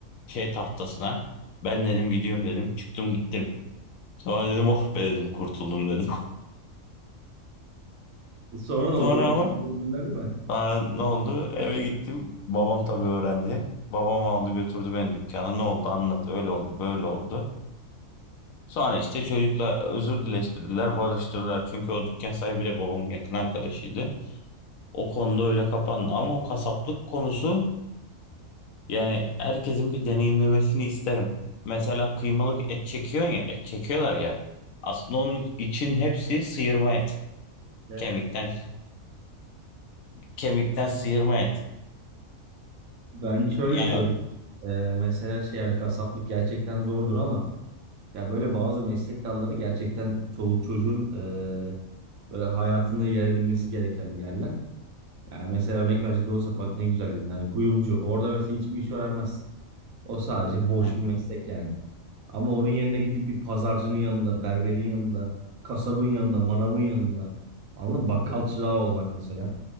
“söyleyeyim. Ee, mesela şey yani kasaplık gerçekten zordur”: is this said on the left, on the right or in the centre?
Right